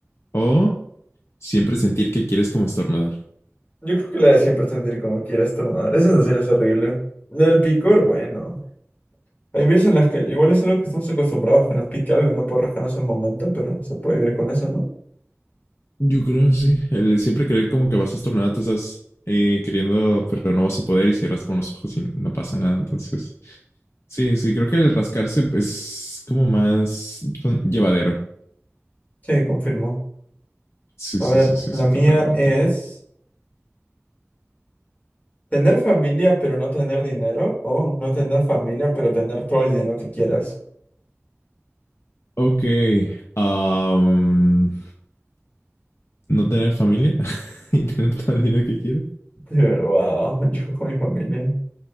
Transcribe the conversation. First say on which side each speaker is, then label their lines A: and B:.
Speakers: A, on the left; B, on the left.
A: O siempre sentir que quieres como estornudar.
B: Yo creo que la de siempre sentir como quiera esta madre. Esa sensación es horrible. Del picor, bueno. Hay veces en las que igual es algo que estamos acostumbrados, que nos pique algo y no puedo rascarnos en el momento, pero se puede vivir con eso, ¿no?
A: Yo creo, sí. El siempre creer como que vas estornudado te estás eh, queriendo, pero no vas a poder y cierras con los ojos y no pasa nada. Entonces, sí, sí, creo que el rascarse es como más llevadero.
B: Sí, confirmo.
A: Sí,
B: A
A: sí,
B: ver,
A: sí, sí,
B: la
A: sí,
B: mía
A: totalmente.
B: es tener familia pero no tener dinero o no tener familia pero tener todo el dinero que quieras.
A: Ok. am, no tener familia <laughs> y tener todo el dinero que quieres.
B: <laughs> Pero wow, yo cojo mi familia.